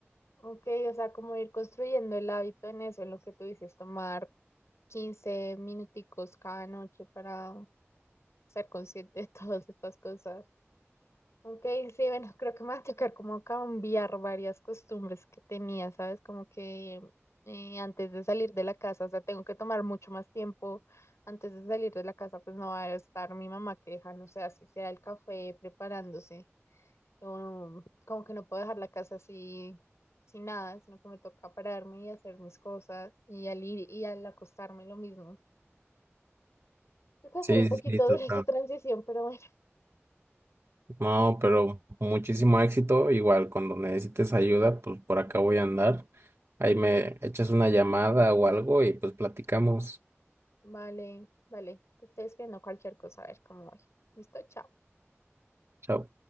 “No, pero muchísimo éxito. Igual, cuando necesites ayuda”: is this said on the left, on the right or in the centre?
Right